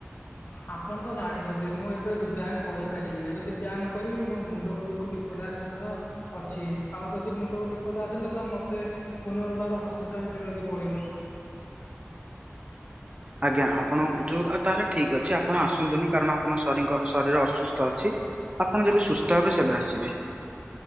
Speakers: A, on the left; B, on the right.
A: ଆପଣ ତ ଜାଣିଛନ୍ତି, ମୁଁ ଏବେ ବ୍ୟାୟାମ କରିପାରିବିନି ଯଦି ବ୍ୟାୟାମ କରିବି ମୋ ମୁଣ୍ଡ ଉପରକୁ ବି ବିପଦ ଆସିବାର ଅଛି। ଆଉ ଯଦି ମୁଣ୍ଡ ବିପଦ ଆସିଲେ ତ ମତେ ପୁନର୍ବାର ହସ୍ପିଟାଲ ଯିବାକୁ ପଡିବ।
B: ଆଜ୍ଞା, ଆପଣ ଯୋଉ ତାହେଲେ ଠିକ୍ ଅଛି, ଆପଣ ଆସନ୍ତୁନି, କାରଣ ଆପଣ ଶରୀ ଶରୀର ଅସୁସ୍ଥ ଅଛି। ଆପଣ ଯେବେ ସୁସ୍ଥ ହେବେ, ସେବେ ଆସିବେ।